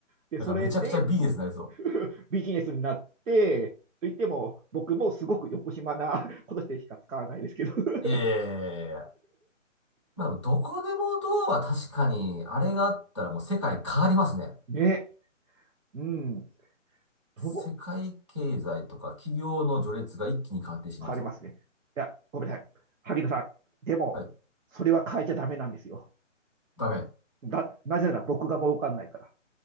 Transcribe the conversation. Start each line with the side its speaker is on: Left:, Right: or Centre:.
Right: で、
Left: なんかめちゃくちゃビジネスになりそ
Right: それで、うん <laughs> ビジネスになって、と言っても、僕もすごく横島なことしてしか使わないですけど。<laughs>
Left: う。いやいやいやいやまあ、どこでもドアは確かに、あれがあったらもう世界変わりますね。
Right: うんね、うん。
Left: 世界経済とか企業の序列が一気に変わってしまいそ
Right: そう変わりますね。いや、ごめんなさい。萩田さん、でも、
Left: う。はい。
Right: それは変えちゃダメなんですよ。
Left: ダメ。
Right: だ、なぜなら僕が儲かんないから。